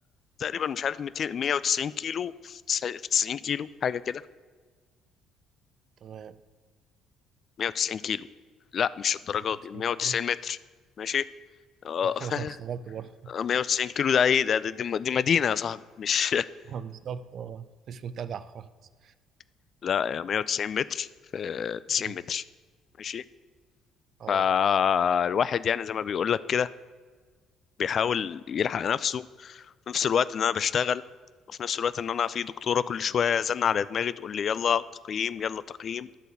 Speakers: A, on the left (about 50°); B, on the right (about 55°).
A: تقريبا مش عارف 200 190 كيلو في 90 كيلو حاجه كده
B: تمام
A: 190 كيلو لا مش الدرجه
B: جبت
A: دي
B: فيه
A: 190
B: كده
A: متر ماشي اه
B: <laughs> اشتغلت برضه
A: <laughs> 190 كيلو ده ايه ده ده- دي, دي مدينه يا صاحبي مش
B: <laughs> بالظبط اه مش متابع خالص
A: <laughs> لا يا 190 متر في 90
B: مم.
A: متر ماشي
B: اه
A: فالواحد يعني زي ما بيقول لك كده بيحاول يلحق نفسه في نفس الوقت ان انا بشتغل وفي نفس الوقت ان انا في دكتوره كل شويه زن على دماغي تقول لي يلا تقييم يلا تقييم